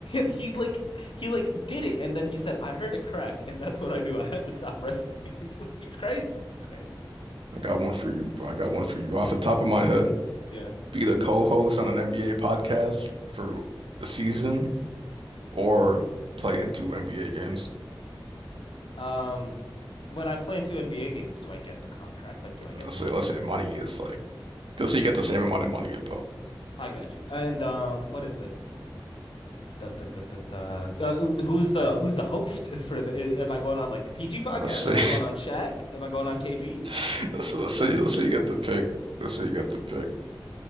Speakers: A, on the left; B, on the right.
A: he like he like did it and then he said, I heard a crack and that's what I knew. <laughs> I had to stop wrestling. <laughs> He's crazy. He's crazy.
B: I got one for you, bro. I got one for you off the top of my head.
A: Yeah.
B: Be the co-host on an NBA podcast for a season or play in two NBA games.
A: Um, when I play into NBA games, do I get the contract? Like, do I get
B: Let's
A: the
B: say,
A: money?
B: let's say money is like, let's say you get the same amount of money in both.
A: I got you. And um, what is it? Da, da, da, da, da. Uh, uh, who's the who's the host <laughs> for the? a- Am I going on like the PG podcast?
B: Let's say,
A: Am I going on Shaq? Am I going on KG?
B: <laughs>
A: Like,
B: let's say, let's say, let's say you get the pick. Let's say you get the pick.